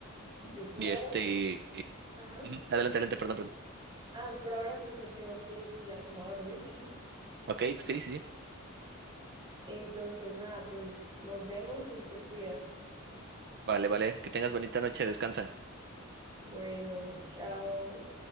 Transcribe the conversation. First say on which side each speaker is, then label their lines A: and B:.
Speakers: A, on the right (about 25°); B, on the right (about 50°).
A: Yo por
B: Y
A: ahora,
B: este... y-
A: ajá,
B: ujú, Adelante, adelante, perdón, perdón.
A: ah, por ahora pues me tengo que ir ya como a dormir.
B: Ok, sí, sí, sí.
A: Entonces, nada, pues nos vemos y te cuidas.
B: Vale, vale. Que tengas bonita noche, descansa.
A: Bueno, chao.